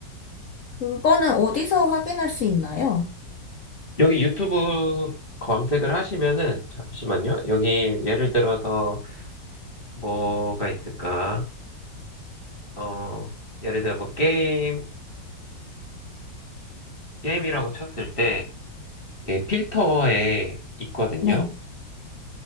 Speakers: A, on the left (about 50°); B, on the left (about 30°).
A: 그거는 어디서 확인할 수 있나요?
B: 여기 유튜브 검색을 하시면은, 잠시만요. 여기 예를 들어서 뭐가 있을까? 어, 예를 들어 뭐 게임, 게임이라고 쳤을 때, 예, 필터에 있거든요.
A: 네.